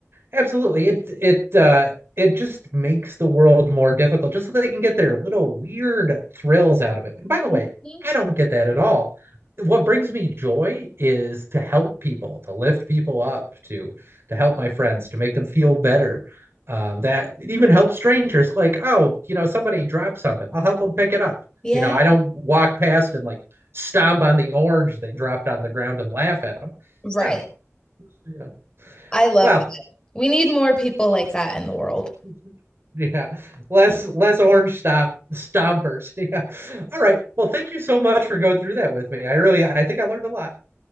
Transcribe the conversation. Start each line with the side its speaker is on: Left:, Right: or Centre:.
Right: absolutely. It it uh it just makes the world more difficult just so they can get their little weird thrills out of it. And by the way,
Left: Mhm.
Right: I don't get that at all. What brings me joy is to help people, to lift people up, to to help my friends, to make them feel better. Um, that it even helps strangers. Like, oh, you know, somebody dropped something. I'll help them pick it up.
Left: Yeah,
Right: You know, I don't walk past and like stomp on the orange they dropped on the ground and laugh at them.
Left: right.
Right: No, yeah.
Left: I love
Right: Well,
Left: that. We need more people like that in the world.
Right: <laughs> Yeah, less less orange stop stompers. <laughs> Yeah. All right. Well, thank you so much for going through that with me. I really, I think I learned a lot.